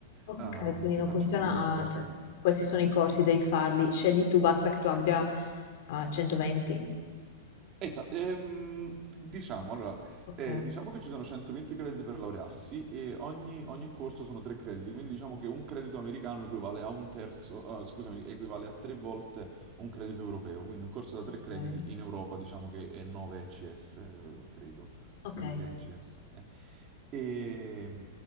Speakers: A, on the left (about 50°); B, on the right (about 30°).
A: Ok,
B: Ehm,
A: quindi
B: ti
A: non
B: faccio
A: funziona,
B: proprio un discorso.
A: ah, cioè,
B: de-
A: questi sono
B: Sì,
A: i corsi, devi farli, scegli tu, basta che tu abbia ah, 120.
B: esatto. diciamo, allora,
A: Ok,
B: eh, diciamo che ci sono 120 crediti per laurearsi e ogni, ogni corso sono 3 crediti, quindi diciamo che un credito americano equivale a un terzo, eh, scusami, equivale a 3 volte un credito europeo, quindi un corso da
A: ok,
B: 3 crediti in Europa diciamo che è 9 ECS, eh, credo.
A: ok,
B: credo sia ICS. eh. E,